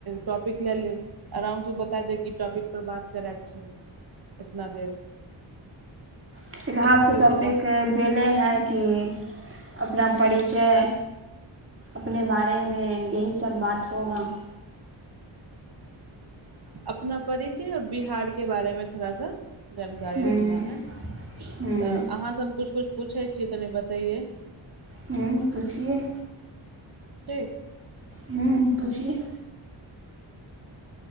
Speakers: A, on the right; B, on the right.
A: टॉपिक लए लेब आरामसँ बता दे ई टॉपिक पर बात करयके छै। एतना देर।
B: फिलहाल
A: ऐसे
B: तऽ
A: करके
B: टॉपिक
A: बात
B: देले है कि। अपना परिचय अपने बारे मे यही सब बात होगा।
A: अपना परिचय आ और बिहार के बारेमे थोड़ा सा जानकारी
B: हम्म
A: रखना है
B: हम्म
A: तऽ अहाँ सब हम किुछ कुछु। पूछै छीय तनि बतैये।
B: हूँ पुछिेय।
A: ठीक।
B: हू पुछिय।